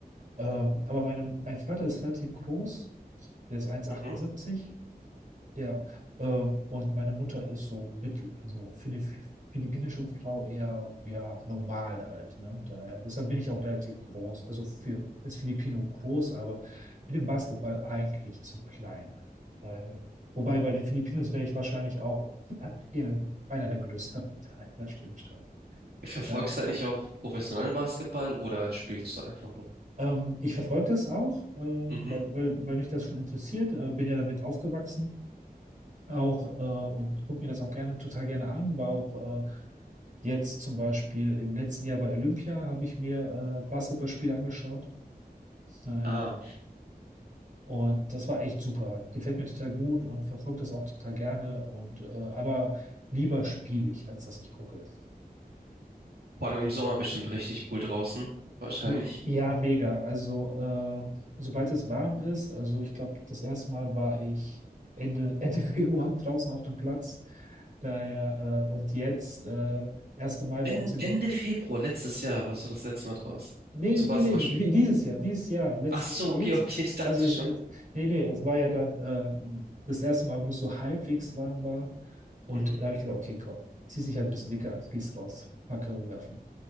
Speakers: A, on the right; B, on the right.
A: Ähm, aber meine, mein Vater ist relativ groß, der ist 1,78
B: Mhm.
A: ja, ähm, und meine Mutter ist so mittel, also für eine Fi- philippinische Frau eher ja, normal halt. Ne? Daher, deshalb bin ich auch relativ groß, also für als Filipino groß, aber für den Basketball eigentlich zu klein. Daher, wobei bei den Filipinos wäre ich wahrscheinlich auch <laughs> eher einer der größeren. <laughs> Daher, Das stimmt schon.
B: Verfolgst
A: Daher,
B: du eigentlich auch professionellen Basketball oder spielst du einfach nur?
A: ähm, ich verfolge das auch, äh, weil,
B: Mhm.
A: weil, weil mich das schon interessiert, äh, bin ja damit aufgewachsen. auch äh, und gucke mir das auch gerne, total gerne an. War auch äh, jetzt zum Beispiel im letzten Jahr bei Olympia habe ich mir äh, Basketballspiele angeschaut. Äh,
B: Ah,
A: und das war echt super. Gefällt mir total gut und verfolge das auch total gerne. Und äh, aber lieber spiele ich, als dass ich gucke.
B: vor allem im Sommer bestimmt richtig cool draußen, wahrscheinlich.
A: J- Ja, mega. Also, äh, sobald es warm ist, also ich glaube, das erste Mal war ich Ende, <laughs> Ende Februar draußen auf dem Platz. Daher, äh, und jetzt, äh, erste Mal
B: En
A: bei uns in.
B: Ende Februar letztes Jahr warst du das letzte Mal draußen
A: Nee,
B: zum
A: nee,
B: Basketballspielen.
A: nee, di- dieses Jahr, dieses Jahr, letztes,
B: Ach so,
A: jetzt.
B: okay, <laughs> okay, ich dachte
A: Also, es,
B: schon.
A: äh, nee, nee, es war ja dann äh, das erste Mal, wo es so halbwegs warm war. Und
B: Mhm.
A: da habe ich gedacht, okay, komm, zieh dich halt ein bisschen dicker an, gehst raus, paar Körbe werfen.